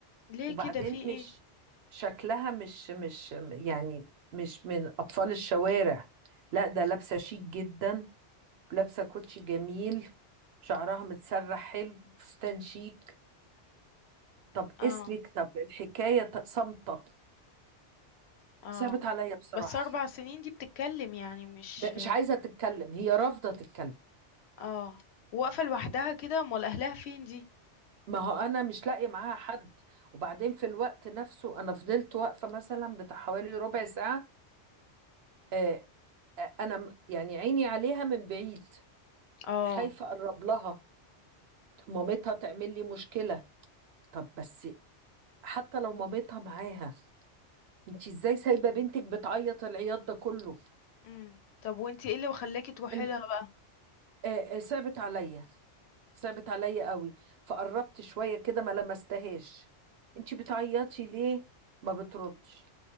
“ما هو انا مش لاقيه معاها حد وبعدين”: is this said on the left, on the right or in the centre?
Right